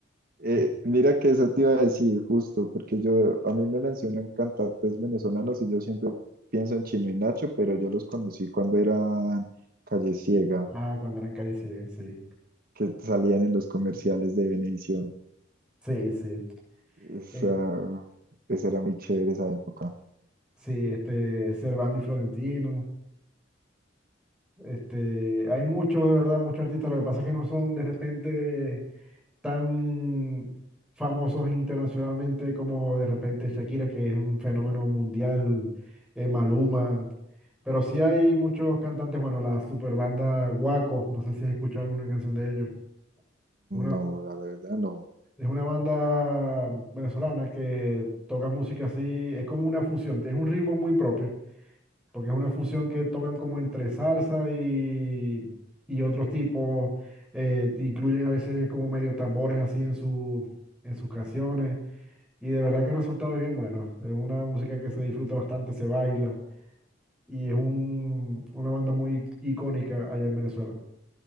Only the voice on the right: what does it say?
Eh,
mira que eso te iba a decir justo, porque yo, a mí me mencionan cantantes venezolanos y yo siempre pienso en Chino y Nacho, pero yo los conocí cuando eran Calle Ciega,
que salían en los comerciales de Venevisión.
Esa,
esa era muy chévere esa época.
No, la verdad no.